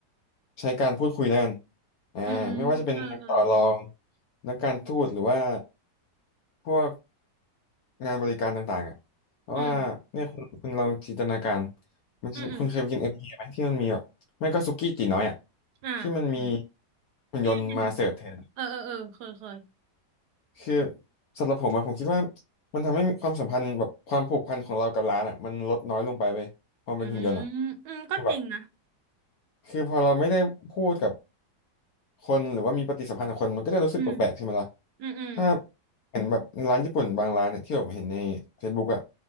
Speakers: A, on the left (about 70°); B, on the right (about 75°).
A: ใช้การพูดคุยแล้วกันอ่าไม่ว่าจะเป็นนักต่อรอง
B: อืมเออเออ
A: นักการทูตหรือว่าพวกงานบริการต่างๆอ่ะเพราะว่าเนี่ยคุณคุณลองจินตนาการ
B: อืม
A: มันจะคุณเคยไปกินเอ็มพีไหมที่มันมีแบบไม่ก็สุกี้ตีน้อยอ่ะ
B: อืมอืมอ่าอืม
A: ที่มันมีหุ่นยนต์มาเสิร์ฟแทน
B: ที่เป็นเออเออเออเคยเคย
A: คือสำหรับผมอะผมคิดว่ามันทำให้ความสัมพันธ์แบบความผูกพันของเรากับร้านอะมันลดน้อยลงไปเว้ยความเป็นหุ่นยนต์อะ
B: อืมอืมก็จริงนะ
A: คือแบบคือพอเราไม่ได้พูดกับคนหรือว่ามีปฏิสัมพันธ์กับคนมันก็จะรู้สึกแปลกๆใช่ไหมล่ะ
B: อืมอืมอืม
A: ถ้าเห็นแบบร้านญี่ปุ่นบางร้านเนี่ยที่ผมเห็นใน Facebook อะ